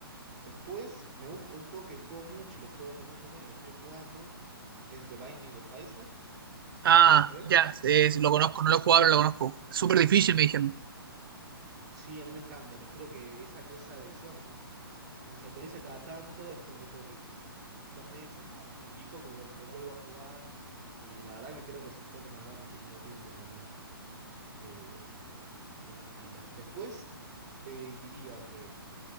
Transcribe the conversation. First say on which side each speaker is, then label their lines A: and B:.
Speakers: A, on the right; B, on the right.
A: Después me gusta un juego que juego mucho y lo juego durante muchos años y lo sigo jugando. Es The Binding of Isaac.
B: Ah,
A: ¿Lo conoces?
B: ya, eh, lo conozco, no lo he jugado, pero lo conozco. Súper difícil, me dijeron.
A: Sí, a mí me encanta. Te juro que esa cosa de encima como, como se actualiza cada tanto, es como que te- tantos meses o cada año y pico, como lo revuelvo a jugar. Y la verdad que creo que es un juego que me ha durado muchísimo tiempo también. Eh, me encanta. Después eh, diría que